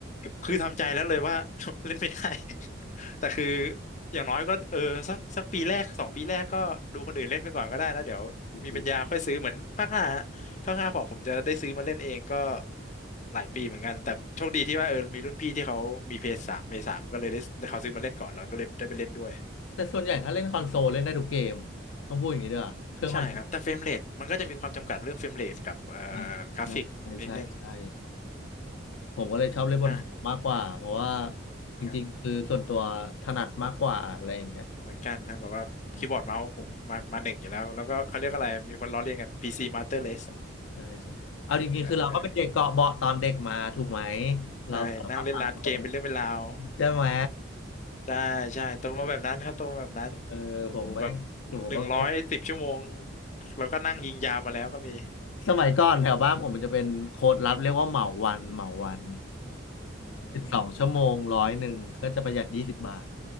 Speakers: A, on the left; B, on the left.
A: คือทำใจแล้วเลยว่า <laughs> เล่นไม่ได้ <laughs> แต่คืออย่างน้อยก็เออสักสักปีแรกสองปีแรกก็ดูคนอื่นเล่นไปก่อนก็ได้แล้วเดี๋ยวมีปัญญาค่อยซื้อเหมือนภาคห้าฮะภาคห้าของผมจะได้ซื้อมาเล่นเองก็
B: เออ
A: หลายปีเหมือนกันแต่โชคดีที่ว่าเออมีรุ่นพี่ที่เขามีเพย์สามเพย์สามก็เลยได้เขาซื้อมาเล่นก่อนแล้วก็เลยได้ไปเล่นด้วย
B: แต่ส่วนใหญ่ถ้าเล่นคอนโซลเล่นได้ทุกเกมต้องพูดอย่างนี้ด้วยอะเครื่องคอนโซล
A: ใช่ครับแต่เฟรมเรทมันก็จะมีความจำกัดเรื่องเฟรมเรทกับเอ่อ
B: อ่า
A: กราฟิกนิดนึง
B: ใช่ใช่ใช่ ผมก็เลยชอบเล่นบนคอมมากกว่าเพราะว่า
A: ใช่ เหมือนกันผม
B: จริงๆคือส่วนตัวถนัดมากกว่าอะไรอย่างเงี้ย
A: เหมือนกันครับแบบว่าคีย์บอร์ดเมาส์ผมมามาหนึ่งอยู่แล้วแล้วก็เขาเรียกอะไรมีคนล้อเลียนกัน
B: อืม
A: PC Master Race
B: ใช่ใช่เอาจริงๆคือเราก็เป็นเด็กเกาะเบาะตอนเด็กมาถูกไหม
A: เออเออ
B: เราสารภาพตามตรง
A: ใช่นั่งเล่นร้านเกมเป็นเรื่องเป็นราว
B: ใช่ไหม
A: ใช่ใช่โตมาแบบนั้นครับโตมาแบบนั้น
B: เออผมแม่งผมก็เป็น
A: โอ้โหแบบหนึ่งร้อยสิบชั่วโมงแล้วก็นั่งยิงยาวมาแล้วก็มี
B: สมัยก่อนแถวบ้านผมมันจะเป็นโค้ดลับเรียกว่าเหมาวันเหมาวัน
A: อื
B: สิบสองชั่วโมงร้อยหนึ่งก็จะประหยัดยี่สิบบาท
A: ม